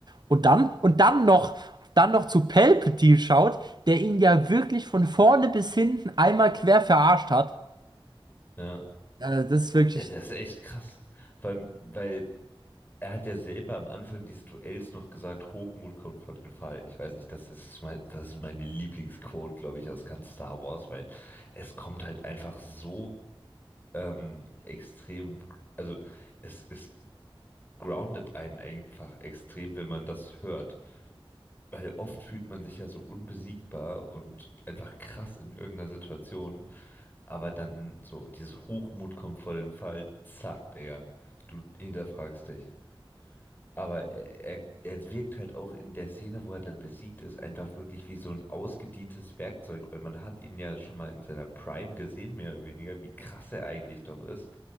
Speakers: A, on the right (about 50°); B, on the left (about 20°).
A: Und dann, und dann noch, dann noch zu Palpatine schaut, der ihn ja wirklich von vorne bis hinten einmal quer verarscht hat.
B: Ja,
A: Äh, das ist wirklich
B: Ja, das ist echt krass, weil, weil er hat ja selber am Anfang dieses Duells noch gesagt, Hochmut kommt vor den Fall. Ich weiß nicht, das ist mein, das ist meine Lieblingsquote, glaube ich, aus ganz Star Wars, weil es kommt halt einfach so ähm, extrem, also es, es groundet einen einfach extrem, wenn man das hört. Weil oft fühlt man sich ja so unbesiegbar und einfach krass in irgendeiner Situation, aber dann so dieses Hochmut kommt vor dem Fall, zack, Digga, du hinterfragst dich. Aber er, er, er wirkt halt auch in der Szene, wo er dann besiegt ist, einfach wirklich wie so ein ausgedientes Werkzeug, weil man hat ihn ja schon mal in seiner Prime gesehen, mehr oder weniger, wie krass er eigentlich doch ist.